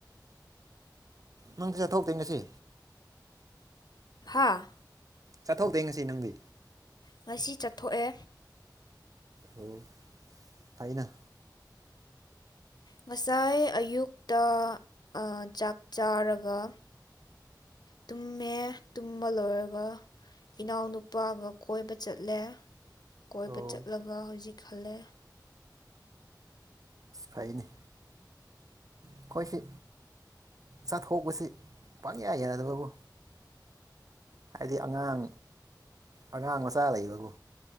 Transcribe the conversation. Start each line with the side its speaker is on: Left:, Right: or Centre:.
Right: ꯃꯪꯗꯤ ꯆꯠꯊꯣꯛꯇꯦ ꯉꯁꯤ
Left: ꯍꯥꯥ
Right: ꯆꯠꯊ‌ꯣꯛꯇ‌ꯦ ꯉꯁꯤ ꯅꯪꯗꯤ
Left: ꯉꯁꯤ ꯆꯠꯊꯣꯛꯑꯦ
Right: ꯎꯝ ꯐꯥꯏꯅ
Left: ꯉꯁꯥꯏ ꯑꯌꯨꯛꯇ ꯑꯥ ꯆꯥꯛ ꯆꯥꯔꯒ ꯇꯨꯝꯃꯦ ꯇꯨꯝꯕ ꯂꯣꯏꯔꯒ ꯏꯅꯥꯎꯅꯨꯄꯥꯒ ꯀꯣꯏꯕ ꯆꯠꯂꯦ ꯀꯣꯏꯕ
Right: ꯑꯣ
Left: ꯆꯠꯂꯒ ꯍꯧꯖꯤꯛ ꯈꯜꯂꯦ
Right: ꯐꯥꯏꯅꯤ ꯑꯩꯈꯣꯏꯁꯤ ꯆꯠꯊꯣꯛꯁꯤ ꯄꯪꯌꯥꯏ ꯌꯥꯗꯕꯕꯨ ꯍꯥꯏꯗꯤ ꯑꯉꯥꯡ ꯑꯉꯥꯡ ꯃꯆꯥ ꯂꯩꯕꯀꯣ